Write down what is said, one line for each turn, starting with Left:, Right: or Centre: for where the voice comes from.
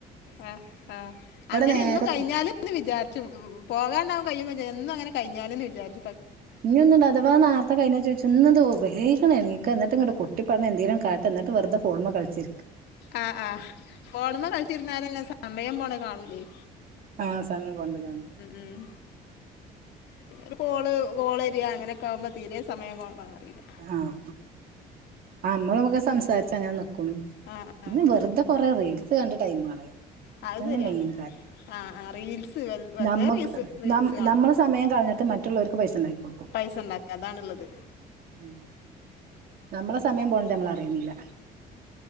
Left: ആ ആഹ് അങ്ങനെഎന്നും
Right: നേരെ
Left: കഴിഞ്ഞാലുന്ന്. വിചാരിച്ചു പോകാണ്ടാവാ. കഴയുമ്പോ. എന്നുംഅങ്ങനെ കയിഞ്ഞാലെന്ന്. വിചാരി
Right: ഞ്ഞോന്ന്‌. അഥവാ നാർത്തെ കയിഞ്ഞ ചോയിച്ചു ഇന്നെന്താ ഒ വേഗന്നണെക. ന്നട്ട്ങ്ങണ്ട് പൊ തട്ടിപ്പെടഞ്ഞ് എന്തേലും കാട്ട എന്നട്ട് വെറ്തെ ഫോൺമേ കൾച്ചി
Left: ആഹ്, ആ. ഹ്. ഫോൺമെകൾച്ചിരിന്നാലെന്നെ. സമയം പോണത് കാണുല്ല്യ യെ
Right: ആഹ് സമയം പോണത്. കാണു
Left: ഉം പിന്നെ ഒരു കോള് കോള എരിയ അങ്ങനെയൊക്കെകുമ്പോ തീരെ സമയം അറിയില്ല
Right: ആഹ് ആഹ് നമ്മളൊക്കെ സംസാരിച്ച് അങ്ങനെ നിക്കും
Left: ആഹ്
Right: പിന്നെ
Left: ആഹ്
Right: വെറുതെ കൊറെ അറിയില്ല കണ്ട് ടൈമ്കളയും
Left: അത്
Right: അതെന്നെ
Left: ശരിയാണ്
Right: മെയ്ൻ
Left: ആഹ് ആഹ് റീൽസ് വെർ വെറുതെ
Right: നമ്മക്ക്
Left: റീൽസ് റീൽസ്
Right: ന
Left: കാണും
Right: നമ്മളെ സമയം കളഞ്ഞിട്ട് മറ്റുള്ളവർക്ക് പൈസ ഉണ്ടാക്കി കൊടുക്കും
Left: പൈസ ഉണ്ടാക്ക അതാണ് ഉുള്ളത്
Right: ഉം നമ്മളെ സമയം പോണ നമ്മള് അറിയുന്നില്ല